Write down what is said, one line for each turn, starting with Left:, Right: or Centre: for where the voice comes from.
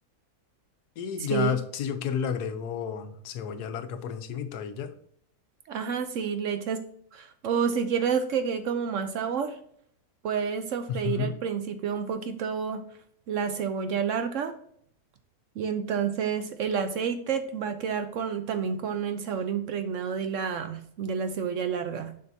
Left: Y
Right: Sí.
Left: ya, si yo quiero, le agrego cebolla larga por encimita y ya.
Right: Ajá, sí, le echas, o si quieres que quede como más sabor, puedes sofreír
Left: Ujú.
Right: al principio un poquito la cebolla larga y entonces el aceite va a quedar con, también con el sabor impregnado de la, de la cebolla larga.